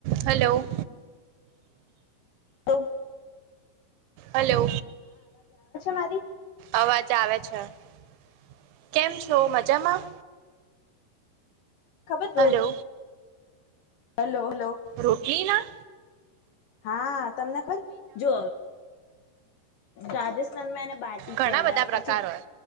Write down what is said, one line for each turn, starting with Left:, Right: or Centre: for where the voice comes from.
Right: Hello!
Left: તો!
Right: Hello
Left: મારી
Right: અવાજ આવે છે. <inaudible> કેમ છો મજામાં?
Left: ખબર રોલ
Right: હલો
Left: હલો!
Right: રોક <inaudible> લીના
Left: હા તમને ખર જો રાજસ્થાનમાં એને બાટી
Right: ઘણા
Left: કેહેવાય
Right: બધા પ્રકાર
Left: પછી
Right: હોય